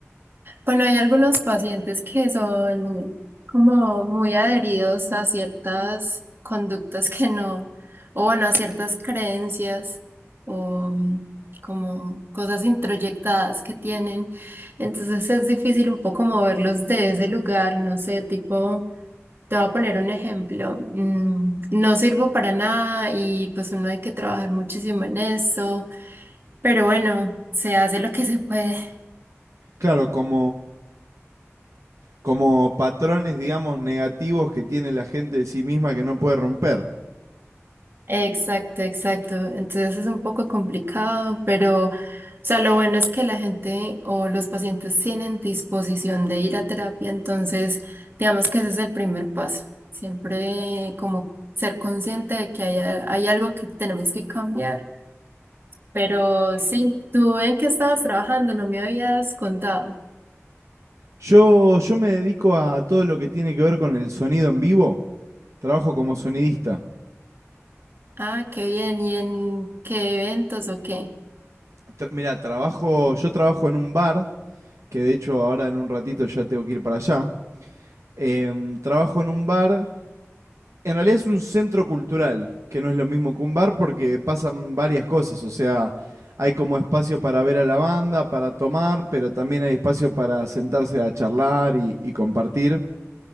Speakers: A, on the right; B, on the right.
A: Bueno, hay algunos pacientes que son como muy adheridos a ciertas conductas que no, o bueno, a ciertas creencias o mm, como cosas introyectadas que tienen. Entonces es difícil un poco moverlos de ese lugar, no sé, tipo, te voy a poner un ejemplo, mm, no sirvo para nada y pues uno hay que trabajar muchísimo en eso, pero bueno, se hace lo que se puede.
B: Claro, como, como patrones, digamos, negativos que tiene la gente de sí misma que no puede romper.
A: Exacto, exacto. Entonces es un poco complicado, pero, o sea, lo bueno es que la gente o los pacientes tienen disposición de ir a terapia, entonces, digamos que ese es el primer paso. Siempre como ser consciente de que hay, hay algo que tenemos que cambiar. Pero sí, tú en qué estabas trabajando, no me habías contado.
B: Yo, yo me dedico a todo lo que tiene que ver con el sonido en vivo. Trabajo como sonidista.
A: Ah, qué bien. ¿Y en qué eventos o qué?
B: Tra- Mira, trabajo, yo trabajo en un bar, que de hecho ahora en un ratito ya tengo que ir para allá. Em, trabajo en un bar, en realidad es un centro cultural, que no es lo mismo que un bar porque pasan varias cosas, o sea, hay como espacio para ver a la banda, para tomar, pero también hay espacio para sentarse a charlar y, y compartir.